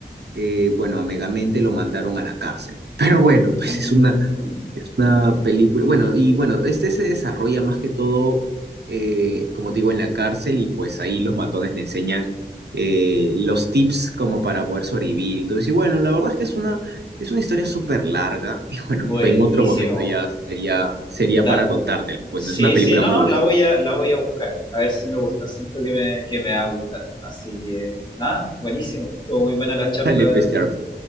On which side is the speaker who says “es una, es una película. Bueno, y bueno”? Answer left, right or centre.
Right